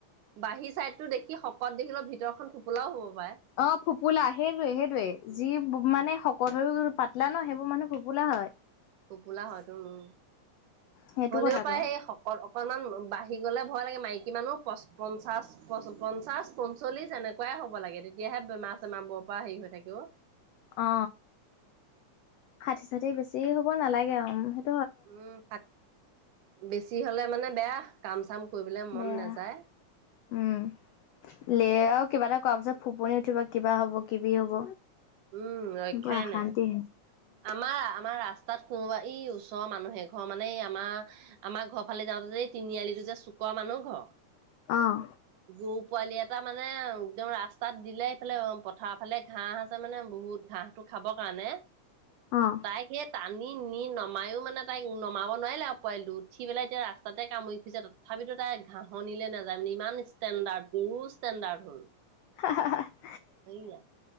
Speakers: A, on the right; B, on the left.
A: বাহী চাইডতো দেখি শকত দেখিলে ভিতৰখন খোপোলাও হ'ব পাৰে
B: অ ফোপোলা সেইটয়ে সেইটয়ে
A: উম
B: যি মানে কঠা টো যদি পাতলা ন সেইবোৰ মানুহ ফোপোলা হয়
A: ফোপোলা হয়তো উ
B: সেইটো
A: হ'লেও
B: কথাটো
A: পাৰে সেই শকত অকনমান বাঢ়ি গ'লে ভয় লাগে মাইকী মানুহ প পঞ্চাশ প পঞ্চাশ পঞ্চল্িছ এনেকুৱাই হ'ব লাগে তেতিাহে বেমাৰ চেমাৰ বৰ পৰা হেৰি হৈ থাকে অ
B: অ ষাঠি ষাঠি বেছি হ'ব নালাগেেই <inaudible>
A: উম বেছি হলে মানে বেয়া কাম চাম কৰিবলৈ মন
B: বেয়া
A: নাযায়
B: উম লে কিবা এটা কোৱাৰ পিছত ফোপনি উঠিব কিবা হব কিবি হব
A: উম ৰক্ষাই
B: ব অশান্তিে
A: নাই আমাৰ আমাৰ ৰাস্তাত কোনোবা ই <inaudible> চৰ মানুহে ঘৰ মানে আমাৰ আমাৰ ঘৰ ফালে যাওঁতে যে এই তিনিআলিটো যে চুকোৱা মানুহ ঘৰ <inaudible>
B: আহ
A: গৰু পোৱালি এটা মানে একদম ৰাস্তাত দিলে এইফালে পথাৰৰ ফালে ঘাঁহ আছে মানে বহুত ঘাঁহটো <inaudible> খাব কাৰণে
B: অ
A: তাই সেই তাত নি নি নমায়ো মানে তাইক নমাব নোৱাৰিলে আৰু পোৱালিটো উঠি পেলাই এতিয়া ৰাস্ততে কামুৰি খুজছে তথাপিতো তাই ঘাঁহনিলে নাযায় মানে ইমান ষ্টেণ্ডাৰ্ড গৰু ষ্টেণ্ডাৰ্ড হল
B: হাঁহ <inaudible>
A: হেয়া